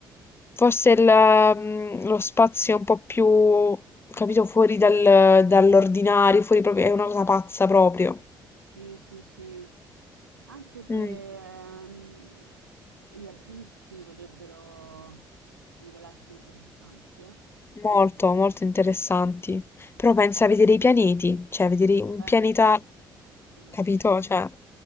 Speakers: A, on the left; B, on the right.
A: forse il, mm, lo spazio è un po' più, capito, fuori dal- dall'ordinario, fuori proprio, è una cosa pazza proprio.
B: Sì, sì, sì. Anche se
A: Mm,
B: ehm, gli abissi potrebbero rivelarsi interessanti, eh?
A: Molto, molto interessanti. Però pensa a vedere i pianeti, cioè vedere un
B: Beh,
A: pianeta,
B: certo. Sì.
A: capito? Cioè,